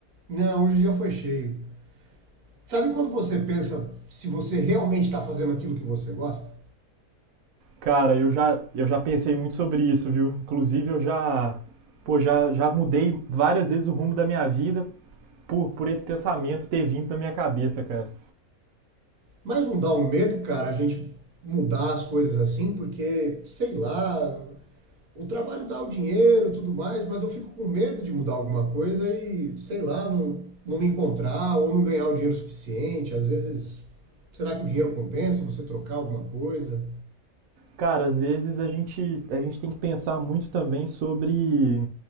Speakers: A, on the right; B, on the right.
A: Não, hoje o dia foi cheio. Sabe quando você pensa se você realmente está fazendo aquilo que você gosta?
B: Cara, eu já, eu já pensei muito sobre isso, viu? Inclusive, eu já, pô, já, já mudei várias vezes o rumo da minha vida por, por esse pensamento ter vindo na minha cabeça, cara.
A: Mas não dá um medo, cara, a gente mudar as coisas assim, porque, sei lá, o trabalho dá o dinheiro e tudo mais, mas eu fico com medo de mudar alguma coisa e, sei lá, não, não me encontrar ou não ganhar o dinheiro suficiente. Às vezes, será que o dinheiro compensa você trocar alguma coisa?
B: Cara, às vezes a gente, a gente tem que pensar muito também sobre